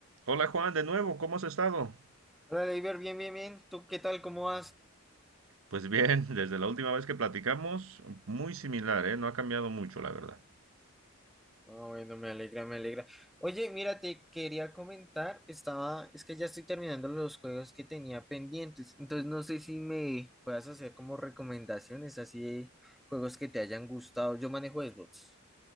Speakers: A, on the right (about 80°); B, in the centre.
A: Hola Juan, de nuevo, ¿cómo has estado?
B: Hola, Leiber, bien, bien, bien. ¿Tú qué tal? ¿Cómo vas?
A: Pues bien, <laughs> desde la última vez que platicamos, muy similar, ¿eh? No ha cambiado mucho, la verdad.
B: Ah, bueno, me alegra, me alegra. Oye, mira, te quería comentar, estaba, es que ya estoy terminando los juegos que tenía pendientes, entonces no sé si me puedas hacer como recomendaciones así de juegos que te hayan gustado. Yo manejo Xbox,